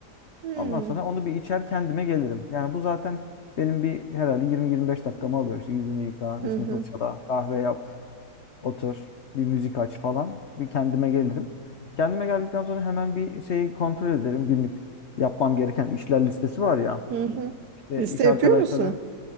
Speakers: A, on the right (about 75°); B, on the left (about 55°).
A: Hmm.
B: Ondan sonra onu bir içer kendime gelirim. Yani bu zaten benim bir herhalde 20-25 dakikamı alıyor. İşte yüzünü yıka,
A: Hı
B: dişini
A: hı.
B: fırçala, kahve yap. Otur, bir müzik aç falan. Bir kendime gelirim. Kendime geldikten sonra hemen bir şeyi kontrol ederim. Günlük yapmam gereken işler listesi var ya.
A: Hı hı.
B: İşte
A: Liste
B: iş arkadaşları
A: yapıyor musun?